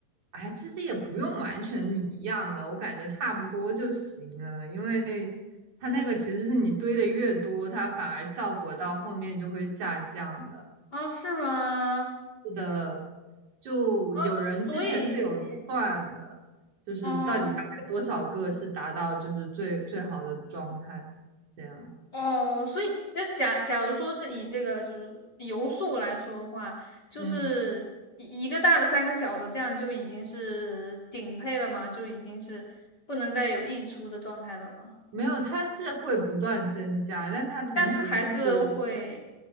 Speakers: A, on the right; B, on the left.
A: 哎，其实也不用完全一样了，我感觉差不多就行了，因为它那个其实是你堆的越多，它反而效果到后面就会下降的。
B: 啊？是吗？
A: 是的，就有人之前是有算的，
B: 啊，所以，
A: 就是到底大概多少个是达到就是最最好的状态，
B: 嗯、
A: 这样。
B: 哦，所以就假假如说是以这个就是游速来说的话，就是一一个大的三个小的，
A: 嗯，
B: 这样就已经是顶配了吗？就已经是不能再有溢出的状态了吗？
A: 没有，它是会不断增加，但它同时就是
B: 但是还是会